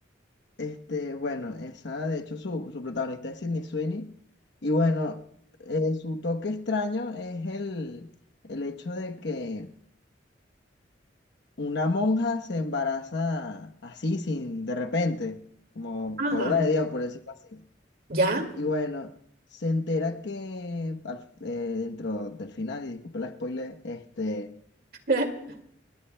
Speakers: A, on the left (about 65°); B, on the right (about 55°).
A: Este, bueno, esa, de hecho, su, su protagonista es Sydney Sweeney. Y bueno, eh, su toque extraño es el, el hecho de que una monja se embaraza así, sin, de repente, como
B: Ajá,
A: por obra de Dios, por decirlo así.
B: ¿ya?
A: Y bueno, se entera que al- eh, dentro del final, y disculpe la spoiler, este
B: <laughs>